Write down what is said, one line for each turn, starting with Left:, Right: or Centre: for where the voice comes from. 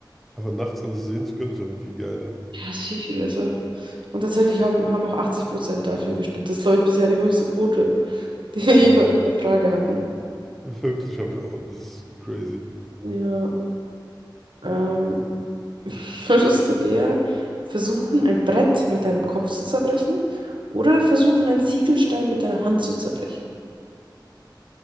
Centre: Einfach nachts alles sehen zu können, ist einfach viel geiler.
Right: Ja, ist viel, viel besser. Und tatsächlich haben, haben auch 80 Prozent dafür gestimmt. Das ist, glaube ich, bisher die höchste Quote, <laughs> die wir
Centre: Ja,
Right: je bei
Centre: wir-
Right: einer Frage hatten.
Centre: wirklich habe ich auch. Das ist crazy.
Right: Ja, ähm, <laughs> würdest du eher versuchen, ein Brett mit deinem Kopf zu zerbrechen oder versuchen, einen Ziegelstein mit deiner Hand zu zerbrechen?